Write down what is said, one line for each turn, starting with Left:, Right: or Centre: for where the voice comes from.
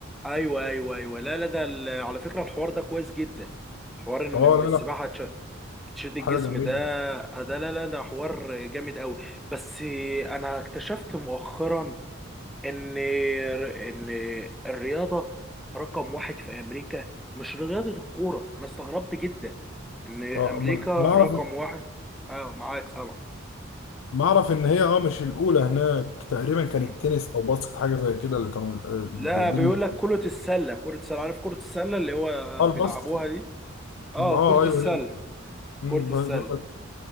Centre: ايوه ايوه ايوه لا لا ده ال- على فكره الحوار ده كويس جدا حوار ان
Left: اه
Centre: إن السباحه
Left: لا لا
Centre: تش... تشد الجسم
Left: حاجه جميله
Centre: ده ده لا لا ده حوار جامد قوي بس انا اكتشفت مؤخرا ان ان الرياضه رقم واحد في امريكا مش رياضه الكوره انا استغربت جدا ان
Left: اه
Centre: امريكا
Left: امال انا
Centre: رقم
Left: اعرف
Centre: واحد اه معاك سامع
Left: ما اعرف ان هي اه مش الاولى هناك تقريبا كانت
Centre: هم
Left: تنس او باسكت حاجه زي كده اللي كانوا دي
Centre: لا
Left: دي
Centre: بيقول
Left: اللي
Centre: لك كره السله كره السله عارف كره السله اللي هو
Left: اه
Centre: بيلعبوها
Left: الباسكت
Centre: دي اه
Left: اه
Centre: كره
Left: ايوه
Centre: السله
Left: هي. أمم،
Centre: كره
Left: بقول
Centre: السله
Left: لك